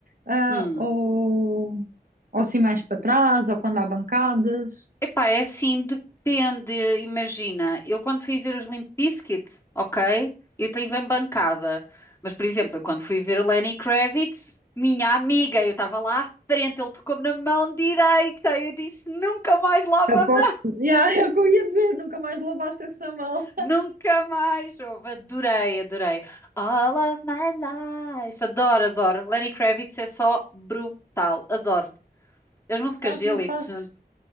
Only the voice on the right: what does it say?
ah,
ou, ou assim mais para trás, ou quando há bancadas?
Aposto,
yeah, <laughs> é o que eu ia dizer, nunca mais lavaste essa mão.
Por acaso
não faz.